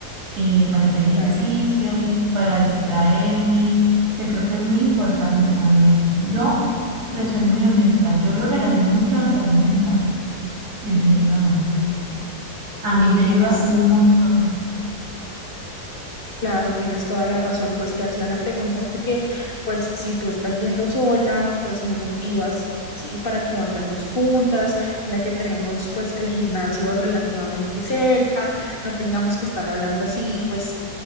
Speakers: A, on the right; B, on the left.
A: eh, para hacer
B: Claro.
A: ejercicios, para distraerme, que creo que es muy importante también. Yo le soy muy honesta, yo lo relaciono mucho a la salud mental, definitivamente.
B: Sí,
A: A
B: sí,
A: mí me
B: tienes
A: ayuda un montón.
B: Claro, tienes toda la razón, pues te hacía la pregunta porque pues si tú estás yendo sola, pues me motivas, ¿sí? Para que vayamos juntas, ya que tenemos pues el gimnasio relativamente cerca, no tengamos que estar hablando así pues